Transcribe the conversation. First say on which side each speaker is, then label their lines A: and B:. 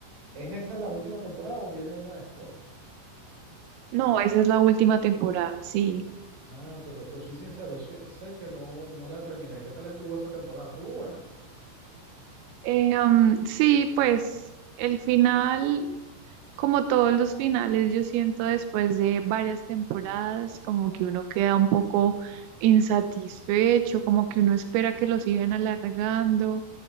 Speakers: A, on the right (about 45°); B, on the right (about 85°).
A: ¿Es esa la última temporada o viene una después?
B: No, esa es la última temporada, sí.
A: Ah, pero te soy sincero, sí- sé que no, no la terminé. ¿Qué tal estuvo esa temporada? ¿Estuvo buena?
B: Eh, um, sí, pues el final. Como todos los finales, yo siento después de varias temporadas, como que uno queda un poco insatisfecho, como que uno espera que lo sigan alargando,